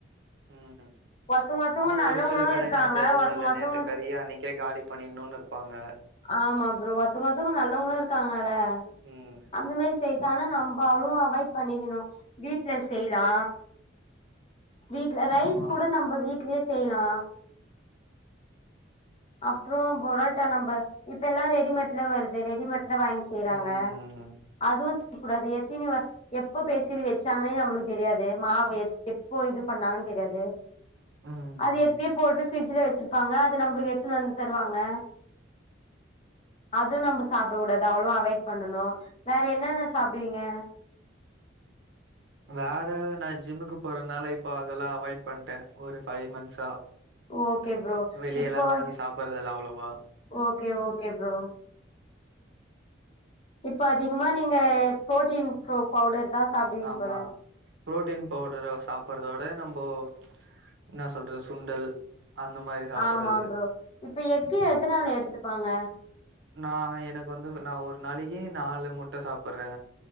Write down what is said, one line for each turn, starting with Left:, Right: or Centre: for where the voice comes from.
Right: ம்
Left: ஒருத்தவங்க ஒருத்தவங்க
Right: ஆனா
Left: நல்லவங்களு
Right: ஒரு சில கடைங்க
Left: இருக்காங்க
Right: அப்டியெல்லா
Left: ஒருத்தவங்க
Right: இல்லல
Left: ஒருத்தவங்க
Right: நேற்று கறியே அன்னிக்கே காலி பண்ணிணுன்னு இருப்பாங்க
Left: ஆமா ப்ரோ ஒருத்தவங்கத்துங்க நல்லவங்களு இருக்காங்கல்ல
Right: ம்
Left: அந்த மாரி செய்யது ஆனா நம்ம அவ்ளு அவாய்ட் பண்ணிக்கணு வீட்ல செய்லா வீட்ல ரைஸ்
Right: ஆமா ஆமா
Left: கூட நம்ம வீட்லயே செய்லா அப்றோ பொரோட்டா நம்ம இப்ப எல்லா ரெடிமேட்ல வருது ரெடிமேட்ல வாங்கி செய்றாங்க
Right: ம்
Left: அதுவு செய்ய கூடாது எத்தனி எப்ப பேசிஞ்சு வெச்சாங்கன்னே நம்மளுக்கு தெரியாது மாவு எப்போ இது பண்ணாங்கன்னு தெரியாது
Right: ம்
Left: அது
Right: ம்
Left: எப்பயே போட்டு பிரிட்ஜ்ல வெச்சிருப்பாங்க அது நம்மளுக்கு எத்துன்னு வந்து தருவாங்க அது நம்ம சாப்பிட கூடாது அவ்ளு அவாய்ட் பண்ணணு வேற என்னென்ன சாப்டுவீங்க
Right: வேற நா ஜிம்முக்கு போறதுனால இப்போ அதெல்லா அவாய்ட் பண்ணட்டே ஒரு ஃபைவ் மந்த்ஸா
Left: ஓகே ப்ரோ
Right: வெளிய
Left: இப்போ
Right: எல்லா வாங்கி சாப்ட்டுறதில்ல அவ்ளவா
Left: ஓகே ஓகே ப்ரோ இப்ப அதிகமா நீங்க புரோட்டீன் ஃபுரோ பவுடர் தா சாப்டுவீங்க
Right: ஆமா.
Left: போல
Right: புரோட்டீன் பவுடர சாப்டறத விட நம்போ இன்னா சொல்றது சுண்டல் அந்த மாரி சாப்பிடுறது.
Left: ஆமா ப்ரோ இப்ப எக்கு எதனால எடுத்துப்பாங்க
Right: நா எனக்கு வந்து நா ஒரு நாளைக்கு நாலு முட்ட சாப்பிடுறே